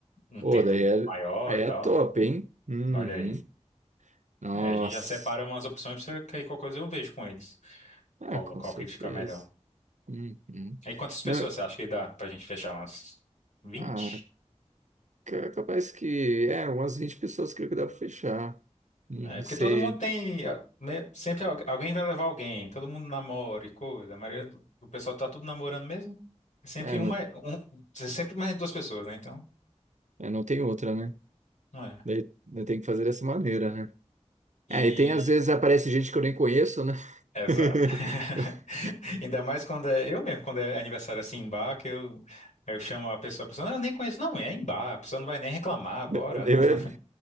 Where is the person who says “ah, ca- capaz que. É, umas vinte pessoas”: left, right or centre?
Right